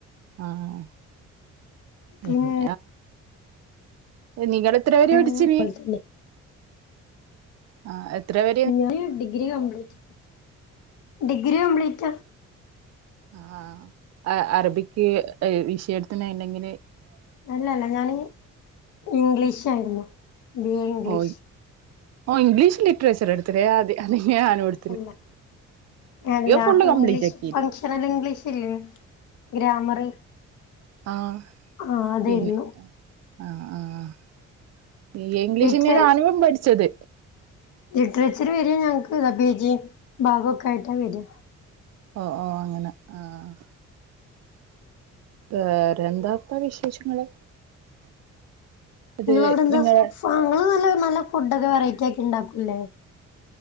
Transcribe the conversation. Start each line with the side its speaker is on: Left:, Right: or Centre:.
Right: ആഹ് പിന്ന
Left: പിന്നെ
Right: നിങ്ങൾ എത്ര വെരെ പഠിച്ചിന്
Left: അതുപോലെ തന്നെ
Right: ആഹ് എത്ര വെ
Left: ഞാന് ഡിഗ്രി കംപ്ലീറ്റ് ഡിഗ്രി കംപ്ലീറ്റ
Right: അ ആഹ് അ അറബിക്ക് വിഷയെടുത്തിന് അയ്നെങനെ
Left: അല്ലല്ല ഞാൻ ഇംഗ്ലീഷായിരുന്നു ബി എ ഇംഗ്ലീഷ്
Right: ഓ ഓ ഇംഗ്ലീഷ് ലിറ്ററേച്ചറെടുത്ത് നെ അത് അതെന്നെ ഞാനും എടു
Left: അല്ല അല്ല
Right: ഫുള്ള് കംപ്ലീറ്റ്
Left: ഇംഗ്ലീഷ്
Right: ആക്കി
Left: ഫംഗഷനൽ ഇംഗ്ലീഷ്ല്ലേ ഗ്രാമറ്
Right: ആഹ്
Left: ആഹ് അതായിരുന്നു
Right: പിന്നെ ആഹ് ആഹ് ആഹ് ബി എ ഇംഗ്ലീഷെന്നെ
Left: ലിറ്ററേ
Right: ഞാനും പഠിച്ചത്
Left: ലിറ്ററേച്ചറ് വെര ഞങ്ങക്ക് ഇത പി ജി ഭാഗൊക്കായിട്ടാ വെരാ
Right: ഓ ഓ അങ്ങനെ ആഹ് വേറെന്താപ്പ വിശേഷങ്ങള് ഇത്
Left: നിങ്ങളവടെന്താ
Right: നിങ്ങള്
Left: ഫ് ഇങ്ങള് നല്ല നല്ല ഫുഡോക്കെ വെറൈറ്റിയാക്കി ണ്ടാക്കും ല്ലെ